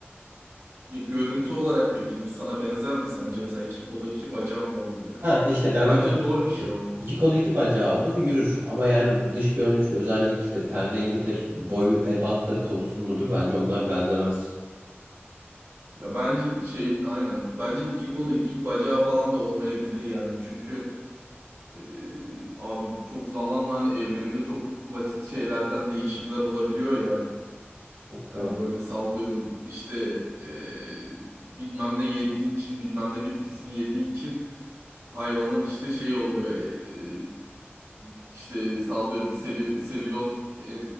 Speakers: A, on the right (about 90°); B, on the right (about 65°).
A: Ya görüntü olarak peki insana benzer mi sence? Mesela iki kolu iki bacağı mı olur yani?
B: Ha işte ben
A: Bence
B: de bahsettiğim
A: zor bir şey
B: şey.
A: o.
B: iki kolu iki bacağı
A: Hı.
B: olur yürür ama yani dış görünüş özellik işte ten rengidir boyu ebattır kol uzunluğudur bence onlar benzemez.
A: Ya bence şey aynen. Bence iki kolu iki bacağı falan da olmayabilir yani. Çünkü e, abi çok zamanla hani evrimde çok basit şeylerden değişimler olabiliyor ya.
B: Bakalım.
A: Hani böyle sallıyorum işte e, bilmem ne yediği için bilmem ne bitkisini yediği için hayvanın işte şeyi oluyor. E, e, İşte sallıyorum seli, selüloz e,